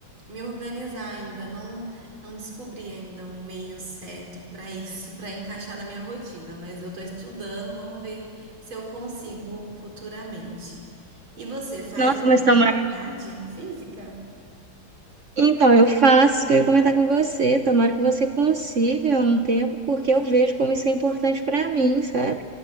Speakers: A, on the right; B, on the right.
A: me organizar ainda, não não descobri ainda um meio certo para isso, <laughs> para encaixar na minha rotina, mas eu estou estudando, vamos ver se eu consigo futuramente. E você faz
B: Nossa, mas tomara.
A: atividade física?
B: Então, eu faço, isso que eu ia comentar com você, tomara que você consiga um tempo, porque eu vejo como isso é importante para mim, sabe?